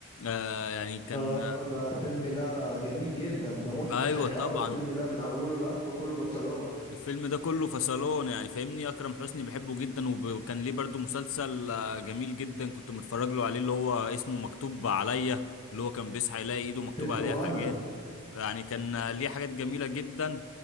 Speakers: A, on the left (about 65°); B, on the left (about 20°).
A: آه يعني كان
B: اه ده الفيلم ده جميل جدا ده مضحك
A: آه ايوه طبعا
B: قوي الفيلم ده من اوله لاخره كله في الصالون
A: الفيلم ده كله فصلان يعني فاهمني اكرم حسني بحبه جدا وب- وكان ليه برضو مسلسل آه، جميل جدا كنت متفرج له عليه اللي هو اسمه مكتوب عليا اللي هو كان بيصحى يلاقي ايده مكتوب
B: ست
A: عليها
B: وانا
A: حاجات يعني كان آه، ليه حاجات جميلة جدا